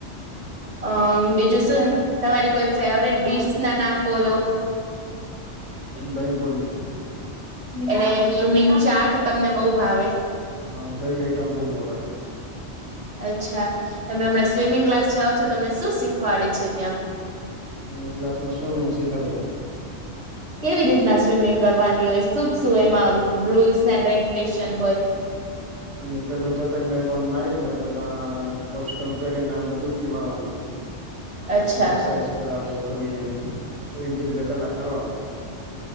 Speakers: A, on the right; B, on the right.
A: અમ બીજું શું તમારી કોઈ ફેવરેટ ડીશ ના નામ બોલો
B: દહીંપુરી
A: એટલે યુમિન ચાટ તમને બહુ ભાવે
B: હા દહી આઈટમ બવ ભાવે
A: અચ્છા તમે હમણાં સ્વિમિંગ ક્લાસ જાઓ તો તમને શું શીખવાડે છે ત્યાં
B: મ ગ્લાસ મશરૂમ <unintelligible>
A: કેવી રીતના સ્વિમિંગ કરવાની હોય સુખ શું એમાં રૂલ્સ એન્ડ રેગ્યુલેશન હોય
B: હમ પેલું જતક ના કો નાઈ ને પેલા <unintelligible> પહેરી ને અંદર ડુબકી મારવાની
A: અચ્છા
B: પછી એક્સરસાઇઝ કરાવે થોડી ઘણી એજ રીતે કલાક કરવાનું